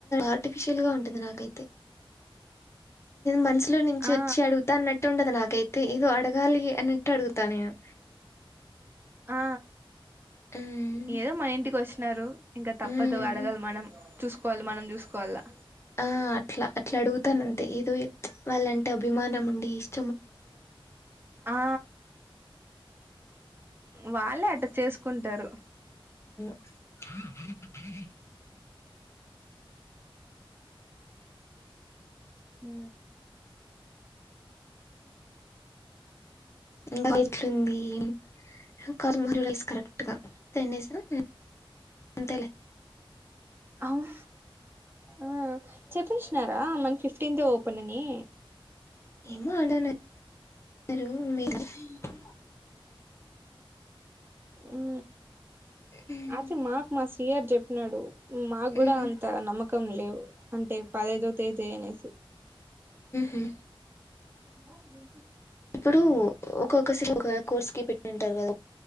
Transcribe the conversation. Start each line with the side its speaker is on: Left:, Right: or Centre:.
Left: ఆర్టిఫిషిల్గా ఉంట నాకైతే మనసులో నుంచి
Right: ఆ
Left: వచ్చి అడుగుతా అన్నట్టు ఉండదు నాకు నాకైతే ఇగో అడగాలి అన్నట్టు అడుగుతా నేను
Right: ఆ
Left: ఉమ్,
Right: ఏదో మా ఇంటికి వచ్చినారు ఇంకా తప్పదు
Left: ఉమ్,
Right: అడగలి మనం చూసుకోవాలి మనం చూసుకోవాలా
Left: ఆ అట్లా అట్లా అడుగుతాను అంతే ఏదో వాళ్ళంటే అభిమానం ఉండి ఇష్
Right: ఆ వాళ్ళే అట్ట చేసుకుంటారు
Left: <inaudible>
Right: ఊ
Left: ఇంతకూ ఎట్లుంది <unintelligible> రైస్ కరెక్ట్గా టెన్ డేస్ ఆ అంతేలే
Right: ఔన్ ఆ చెప్పేషినారా మనకు ఫిఫ్టీన్త్ యే ఓపెన్ అని
Left: ఏమో <unintelligible>
Right: ఊ
Left: ఉమ్,
Right: ఆతే మాకు మా సీ ఆర్ చెప్పినాడు మాకు కూడా
Left: ఉమ్,
Right: అంత నమ్మకం లేవు అంటే పదైదో తేదే అనేసి
Left: ఉహు.
Right: బడి
Left: ఇప్పుడు ఒక్కొక్క <unintelligible> ఒక కోర్స్ కి పెట్టింటారు కదా